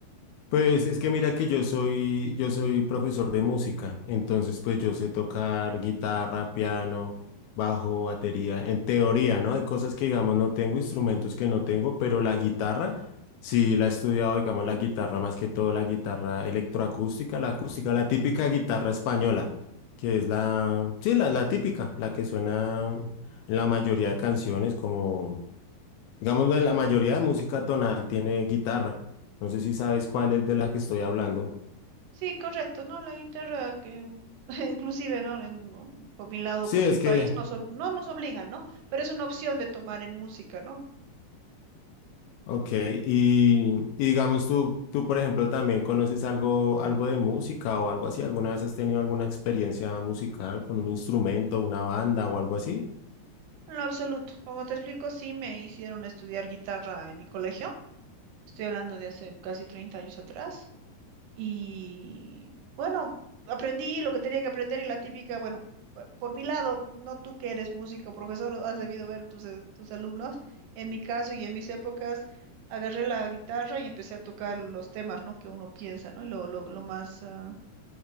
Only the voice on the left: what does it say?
pues es que mira que yo soy, yo soy profesor de música, entonces pues yo sé tocar guitarra, piano, bajo, batería, en teoría, ¿no? Hay cosas que digamos no tengo, instrumentos que no tengo, pero la guitarra, sí la he estudiado, digamos la guitarra más que todo, la guitarra electroacústica, la acústica, la típica guitarra española, que es la, sí, la, la típica, la que suena en la mayoría de canciones como... Digamos, la la mayoría de música tonal tiene guitarra. No sé si sabes cuál es de la que estoy hablando.
Sí,
es
que,
ok. Y, y digamos, tú, tú, por ejemplo, también conoces algo, algo de música o algo así. ¿Alguna vez has tenido alguna experiencia musical con un instrumento, una banda o algo así?